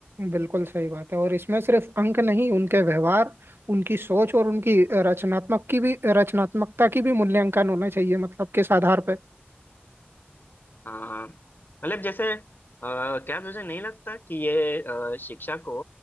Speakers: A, on the right (about 70°); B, on the left (about 55°).
A: बिल्कुल सही बात है और इसमें सिर्फ अंक नहीं उनके व्यवहार उनकी सोच और उनकी रचनात्मक की भी रचनात्मकता की भी मूल्यांकन होना चाहिए मतलब किस आधार पे
B: हाँ मतलब जैसे आ, क्या तुझे नहीं लगता कि ये अ, शिक्षा को